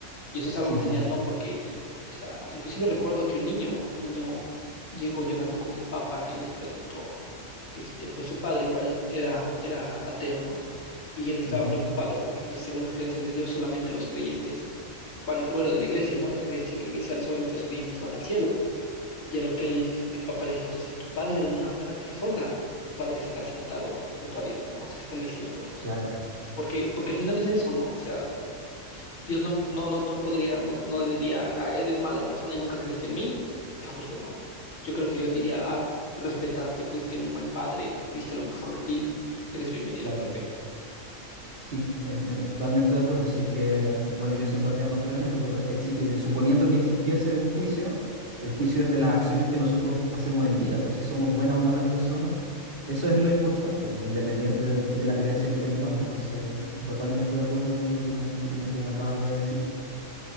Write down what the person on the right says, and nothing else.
sí,
sí,
ujú,
claro,
claro.
Sí, eh, eh, totalmente de acuerdo. Si es que, bueno, yo siendo ateo no creo en eso, pero exi- eh, suponiendo que existiese un juicio, el juicio es de las acciones que nosotros hacemos en vida, pues si somos buenas o malas personas, eso es lo importante, pues, independiente de, de la creencia que tengamos. Entonces, totalmente de acuerdo con lo que me, con lo que me acabas de decir.